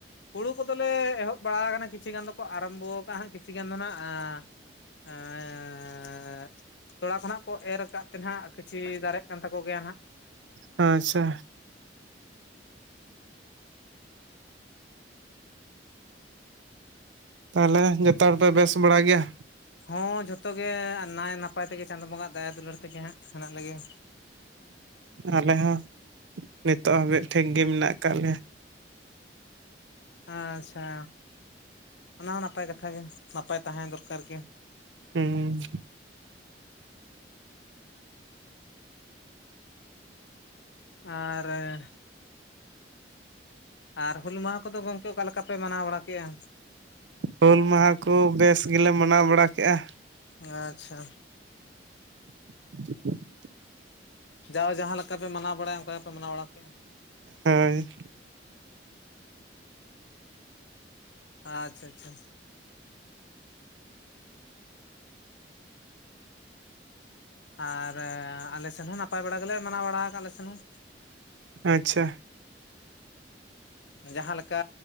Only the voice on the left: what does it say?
ᱦᱩᱲᱩ ᱠᱚᱫᱚᱞᱮ ᱮᱦᱚᱵ ᱵᱟᱲᱟ ᱟᱠᱟᱱᱟ ᱠᱤᱪᱷᱤ ᱜᱟᱱ ᱫᱚᱠᱚ ᱟᱨᱟᱢᱵᱷᱚ ᱠᱟᱜᱼᱟ ᱦᱟᱸᱜ ᱠᱤᱪᱷᱩ ᱜᱟᱱ ᱫᱚ ᱦᱟᱸᱜ ᱮᱸ ᱮᱸ ᱛᱚᱲᱟ ᱠᱷᱚᱱᱟᱜ ᱠᱚ ᱮᱨ ᱟᱠᱟᱼᱼ ᱛᱮᱱ ᱦᱟᱜ ᱠᱤᱪᱷᱤ ᱫᱟᱨᱮᱜ ᱠᱟᱱ ᱛᱟᱠᱚ ᱜᱮᱭᱟ ᱱᱟᱜ᱾
ᱦᱚᱸ ᱡᱷᱚᱛᱚ ᱜᱮ ᱱᱟᱭ ᱱᱟᱯᱟᱭ ᱛᱮᱜᱮ ᱪᱟᱸᱫᱳ ᱵᱚᱸᱜᱟ ᱫᱟᱭᱟ ᱫᱩᱞᱟᱹᱲ ᱛᱮᱜᱮ ᱦᱟᱸᱜ ᱦᱮᱱᱟᱜ ᱞᱮᱜᱮᱭᱟ᱾
ᱟᱪᱪᱷᱟ ᱚᱱᱟ ᱦᱚᱸ ᱱᱟᱯᱟᱭ ᱠᱟᱛᱷᱟ ᱜᱮ ᱱᱟᱯᱟᱭ ᱛᱟᱦᱮᱸ ᱫᱚᱨᱠᱟᱨ ᱜᱮ᱾
ᱟᱻᱨᱮ ᱟᱨ ᱦᱩᱞ ᱢᱟᱦᱟ ᱠᱚᱫᱚ ᱜᱚᱝᱠᱮ ᱚᱠᱟ ᱞᱮᱠᱟ ᱯᱮ ᱢᱟᱱᱟᱣ ᱵᱟᱲᱟ ᱠᱮᱜᱼᱟ?
ᱟᱪᱪᱷᱟ᱾
ᱡᱟᱣ ᱡᱟᱦᱟᱸ ᱞᱮᱠᱟ ᱯᱮ ᱢᱟᱱᱟᱣ ᱵᱟᱲᱟᱭᱟ, ᱚᱱᱠᱟ ᱜᱮᱯᱮ ᱢᱟᱱᱟᱣ ᱵᱟᱲᱟ ᱠᱮᱜᱼᱟ?
ᱟᱪᱪᱷᱟ, ᱟᱪᱪᱷᱟ᱾ ᱟᱻᱨ ᱟᱞᱮ ᱥᱮᱱ ᱦᱚᱸ ᱱᱟᱯᱟᱭ ᱵᱟᱲᱟ ᱜᱮᱞᱮ ᱢᱟᱱᱟᱣ ᱵᱟᱲᱟ ᱟᱠᱟᱜ ᱞᱮ ᱥᱮᱱ ᱦᱚᱸ᱾
ᱡᱟᱦᱟᱸᱞᱮᱠᱟ